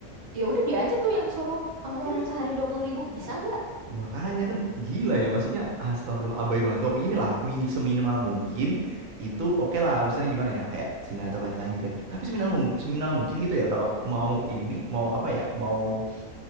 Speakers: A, on the right; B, on the right.
A: ya udah dia aja tuh yang suruh
B: <laughs>
A: pengeluaran
B: Ih,
A: sehari dua puluh ribu bisa gak?
B: Makanya kan gila ya maksudnya astagfirullah abai banget. Oh inilah mini seminimal mungkin itu oke lah maksudnya gimana ya kayak Cina atau lain-lain gitu ya. Tapi seminimal mung- seminimal mungkin gitu ya kalau mau ini mau apa ya mau